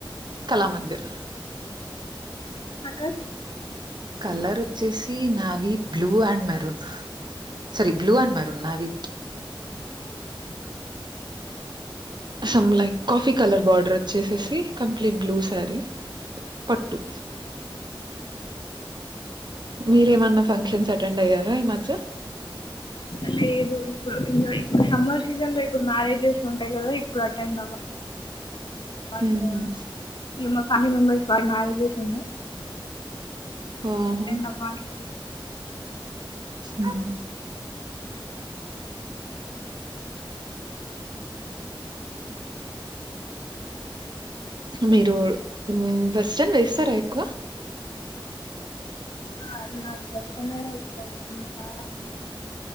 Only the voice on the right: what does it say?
కళామందిర్
కలర్ వచ్చేసి నావి blue and maroon sari blue and maroon నావి some like coffee colour border వచ్చేసేసి కంప్లీట్ బ్లూ శారీ పట్టు మీరేమన్నా ఫంక్షన్స్ అటెండ్ అయ్యారా ఈ మధ్య
మ్మ్హ్.
ఆహ
అ మీరు వెస్ట్రన్ వేస్తారా ఎక్కువ